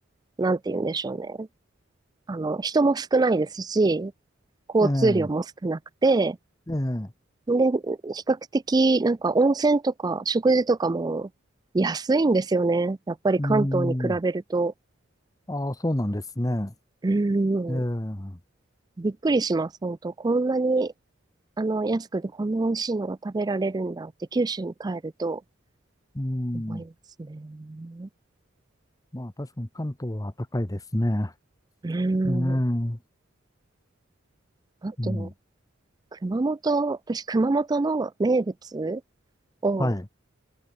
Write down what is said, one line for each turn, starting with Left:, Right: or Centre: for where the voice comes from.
Right: う、なんて言うんでしょうね。あの、人も少ないですし、交通量も少なくて、
Left: ええ、ええ、
Right: で、比較的、なんか温泉とか食事とかも安いんですよね。やっぱり関東に比べると。
Left: うん、ああ、そうなんですね。
Right: うん。
Left: ええ、う
Right: びっくりします、本当。こんなに、あの、安くてこんな美味しいのが食べられるんだって九州に帰ると
Left: ん。
Right: 思いますね。
Left: まあ確かに関東は高いですね。
Right: うん。
Left: うん。う
Right: あと、
Left: ん。
Right: 熊本、私熊本の名物を、
Left: はい。